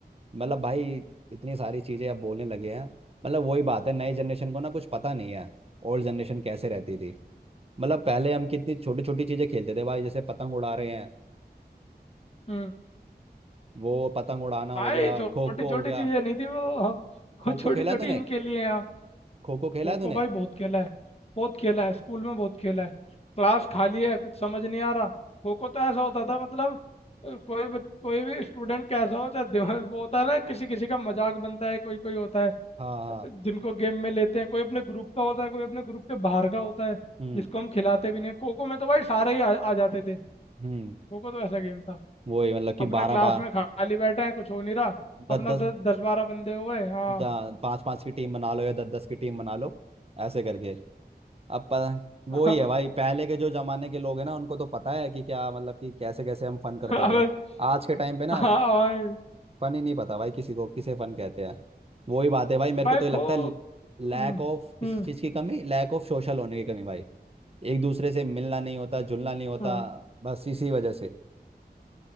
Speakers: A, on the right; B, on the left.
A: मतलब भाई इतनी सारी चीज़ें अब बोलने लगे हैं मतलब वही बात है नई जनरेशन को ना कुछ पता नहीं है ओल्ड जनरेशन कैसे रहती थी मतलब पहले हम कितनी छोटी छोटी चीज़ें खेलते थे भाई जैसे पतंग उड़ा रहे हैं
B: हम्म
A: वो पतंग उड़ाना
B: भाई
A: हो गया
B: छोटी
A: खो खो
B: छोटी
A: हो गया
B: चीजें नहीं थी वो हाँ,
A: खो
B: वो छोटी
A: खो खेला
B: छोटी
A: तूने
B: इनके लिए हैं
A: खो खो खेला
B: खो खो
A: तूने
B: भाई बहुत खेला है बहुत खेला है स्कूल में बहुत खेला है क्लास खाली है कुछ समझ नहीं आ रहा खो खो तो ऐसा होता था मतलब अ, कोई बच- कोई भी स्टूडेंट कैसा हो चाहे दिमाग- वो होता है ना किसी किसी का मजाक बनता है कोई कोई होता है
A: हाँ हाँ
B: जिनको गेम में लेते हैं कोई अपने ग्रुप का होता है कोई अपने ग्रुप के बाहर का होता है
A: हम्म
B: जिसको हम खिलाते भी नहीं हैं। खो खो में तो भाई सारे ही आ, आ जाते थे
A: हम्म
B: खो खो तो ऐसा गेम था
A: वही मतलब कि
B: अपना
A: बारह
B: क्लास
A: बार
B: में खाली बैठे हैं कुछ हो नहीं रहा अपना
A: दस
B: द, दस बारह बंदे हो गए हाँ
A: दस पांच पांच की टीम बना लो या दस दस की टीम बना लो ऐसे करके अब प- वो
B: <laughs>
A: ही है भाई पहले के जो जमाने के लोग हैं ना उनको तो पता है कि क्या मतलब कि कैसे कैसे हम फन करते
B: अब
A: थे आज के टाइम पे ना
B: हाँ भाई
A: फन ही नहीं पता भाई किसी को किसे फन कहते हैं वही बात है भाई मेरे
B: भाई
A: को तो ये लगता
B: खो
A: है
B: हम्म,
A: लैक ऑफ किसी
B: हम्म,
A: चीज़ की कमी लैक ऑफ सोशल होने की कमी भाई एक दूसरे से मिलना नहीं होता जुलना नहीं होता
B: हाँ।
A: बस इसी वजह से